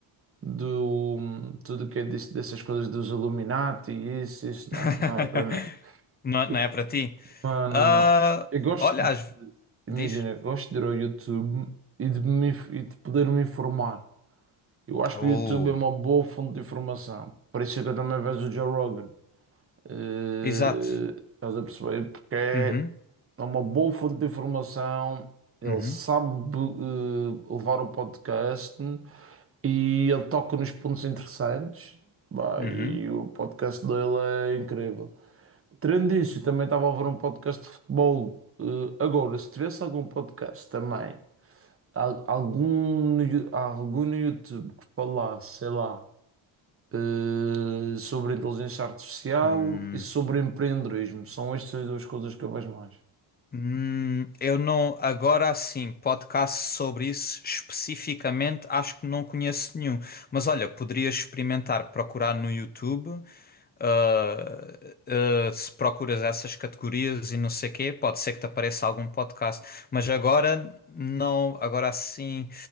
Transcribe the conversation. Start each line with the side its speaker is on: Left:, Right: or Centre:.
Right: Do. Tudo o que é disso, dessas coisas dos Illuminati e isso, isso
Left: <laughs>
Right: não. Não é para mim.
Left: Não, é,
Right: Eu-
Left: não é para ti?
Right: Não, não,
Left: Ah,
Right: não. Eu gosto,
Left: olha,
Right: de-
Left: as...
Right: imagina,
Left: diz.
Right: eu gosto de ir ao YouTube e de, me, inf- e de poder me informar. Eu acho
Left: Oh,
Right: que o YouTube é uma boa fonte de informação. Por isso é que eu também vejo o Joe Rogan. Eh,
Left: exato.
Right: estás a perceber? Porque é
Left: Uhum,
Right: é uma boa fonte de informação. Ele
Left: uhum,
Right: sabe, eh, levar o podcast e ele toca nos pontos interessantes. Bah,
Left: uhum.
Right: e o podcast dele é incrível. Tirando isso, também estava a ouvir um podcast de futebol. Eh, agora, se tivesse algum podcast também, al- algum, no Yo- algum no YouTube que falasse, sei lá, eh, sobre inteligência artificial
Left: Hum,
Right: e sobre empreendedorismo, são estas duas coisas que eu vejo mais.
Left: hum, eu não, agora sim, podcast sobre isso especificamente, acho que não conheço nenhum. Mas olha, poderias experimentar procurar no YouTube Uh, uh, se procuras essas categorias e não sei quê, pode ser que te apareça algum podcast, mas agora não, agora assim,